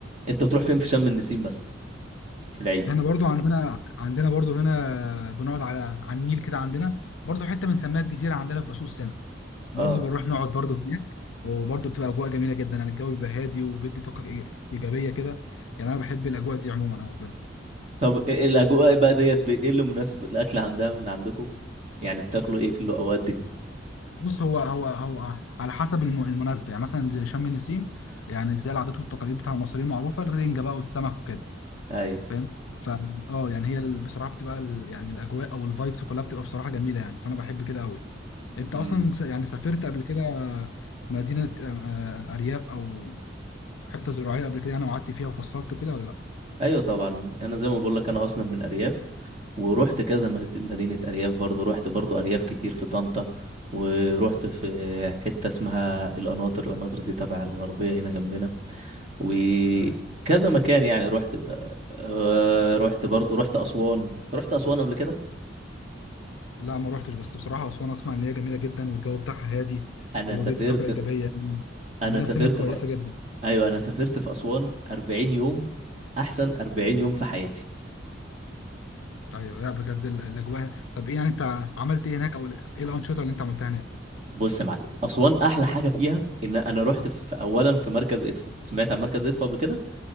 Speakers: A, on the right; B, on the left.
A: أنت بتروح فين في شم النسيم مثلا في العيد
B: احنا برضو عندنا عندنا برضو هنا بنقعد على على النيل كده عندنا برضو حته بنسميها الجزيره عندنا في باسوس هنا. برضه
A: اه
B: بنروح نقعد برضه هناك وبرضه بتبقى اجواء جميله جدا يعني الجو بيبقى هادي وبيدي طاقه إي- ايجابيه كده يعني انا بحب الاجواء دي عموما او بجد
A: طب إيه- إيه الأجواء بقى ديت ب- إيه اللي مناسب الأكل عندها من عندكم يعني بتاكلوا إيه في الأوقات دي
B: بص هو هو هو على حسب الم- المناسبه يعني مثلا زي شم النسيم يعني زي العادات والتقاليد بتاع المصريين معروفه الرنجه بقى والسمك وكده
A: ايوه
B: فاهم ف اه يعني هي ال- بصراحه بتبقى ال- يعني الاجواء او الفايبس كلها بتبقى بصراحه جميله يعني فانا بحب كده قوي انت
A: امم
B: اصلا س- يعني سافرت قبل كده مدينه آه، آه، ارياف او حته زراعيه قبل كده يعني وقعدت فيها وفصلت وكده ولا لا
A: ايوه طبعا انا زي ما بقول لك انا اصلا من ارياف ورحت كذا مد- مدينة أرياف برضو رحت برضو أرياف كتير في طنطا ورحت في حتة اسمها القناطر القناطر دي تبع الغربية هنا جنبنا وكذا
B: ايوه
A: مكان يعني رحت بقى- آه، رحت برضو رحت أسوان رحت أسوان قبل كده
B: لا ما روحتش بس بصراحه اسوان اسمع ان هي جميله جدا والجو بتاعها هادي
A: أنا
B: وبيدي
A: سافرت
B: طاقه ايجابيه
A: في
B: يعني
A: أنا
B: والناس
A: سافرت
B: هناك كويسه
A: في
B: جدا
A: أيوة أنا سافرت في أسوان 40 يوم أحسن 40 يوم في حياتي
B: ايوه لا بجد ال- الاجواء هنا- طب ايه يعني انت عملت ايه هناك او ال- ايه الانشطه اللي انت عملتها هناك
A: بص يا معلم أسوان أحلى حاجة فيها إن أنا رحت في أولا في مركز إدفو سمعت عن مركز إدفو قبل كده